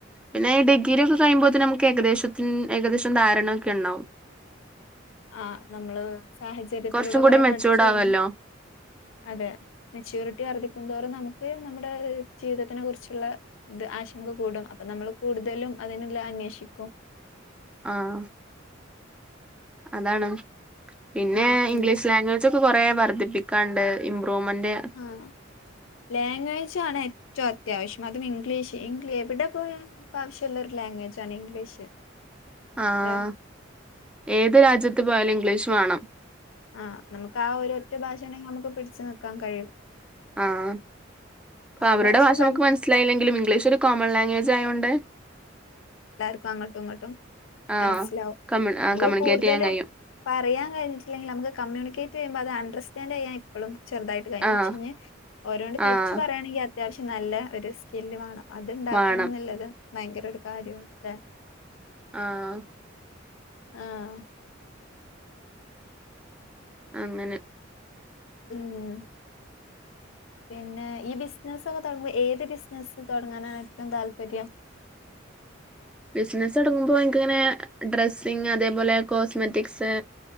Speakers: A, in the centre; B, on the left.
A: പിന്നെ ഈ ഡിഗ്രിയൊക്കെ കയ്മ്പോ ത്തിന് നമുക്ക് ഏകദേശത്തിൻ ഏകദേശം ധാരണയൊക്കെണ്ടാവും.
B: ആഹ് നമ്മള് സാഹചര്യത്തിലൂടെ
A: കുറച്ചും കൂടി
B: കൊറെ
A: മെച്ചൂർഡ്
B: പഠിച്ചു വരും
A: ആവല്ലോ
B: അതെ മെച്ച്യുരിറ്റി വർധിക്കുംന്തോറും നമുക്ക് നമ്മുടെ ഏഹ് ജീവിതത്തിനെ കുറിച്ച്ള്ള ഇത് ആശങ്ക കൂടും അപ്പ നമ്മള് കൂടുതലും അതിന്ള്ള അന്വേഷിക്കും.
A: ആഹ് അതാണ് പിന്നെ
B: ഉം ഉം
A: ഇംഗ്ലീഷ് ലാഗ്വേ ക്കെ കൊറേ വർദ്ധിപ്പിക്കാണ്ട് ഇമ്പ്രൂവ്മെന്റ്
B: ആഹ് ലാംഗ്വേജാണ് ഏറ്റവും അത്യാവശ്യം അതും ഇംഗ്ലീഷ് ഇംഗ്ലി എവിടെ പോയാ മക്ക് ആവശ്യള്ളൊരു ലാംഗ്വജാണ് ഇംഗ്ലീഷ്.
A: ആഹ്
B: അല്ലേ
A: ഏത് രാജ്യത്ത് പോയാലും ഇംഗ്ലീഷ് വാണം
B: ആഹ് നമുക്ക് ആഹ് ഒരു ഒറ്റ ഭാഷണ്ടെങ്കിൽ നമുക്ക് പിടിച്ച് നിക്കാൻ കയ്യും.
A: ആഹ് പ്പ
B: ആ
A: അവരുടെ ഭാഷ
B: പറഞ്ഞ്
A: നമ്മക്ക് മനസ്സിലായില്ലെങ്കിലും ഇംഗ്ലീഷ് ഒരു കോമൺ ലാംഗ്വേജ് ആയോണ്ട്.
B: ഒക്കെ അങ്ങട്ടും ഇങ്ങട്ടും
A: ആഹ്
B: മനസ്സിലാവും
A: കമ്മ്യൂ
B: നമ്മള്
A: ആഹ് കമ്മ്യൂണിക്കേറ്റ്
B: കൂടുതലും
A: ചെയ്യാൻ കഴിയും
B: പറയാൻ കയ്ഞ്ഞ്ട്ടില്ലെങ്കിലും നമുക്ക് കമ്മ്യുണികേറ്റെയ്യുമ്പോ അത് അണ്ടർസ്റ്റാന്റ് ചെയ്യാ പ്പളും ചെറ്തായിട്ട് കയ്യിണ്ട്
A: ആഹ്
B: പക്ഷേ ഞ്ഞി ഓരോണ്ട് തി
A: ആഹ്
B: വേണെങ്കിൽ അത്യാവശ്യം നല്ല ഒരു സ്കില്ല് വാണം അത് ഇണ്ടാക്കണനെല്ലെരു
A: വാണം
B: ഭയങ്കര ഒരു കാര്യ ല്ലേ?
A: ആഹ്
B: ആഹ്
A: അങ്ങനെ
B: ഉംഹ് പിന്നെ ഈ ബിസിനസൊക്കെ തൊടങ്ങുമ്പോ ഏത് ബിസിനസ്സ് തൊടങ്ങാനാണ് ഏറ്റവും താല്പര്യം
A: ബിസിനസൊടുങ്ങുമ്പോ എൻക്കിങ്ങനെ ഡ്രസ്സിങ് അതേപോലെ കോസ്മെറ്റിക്സ്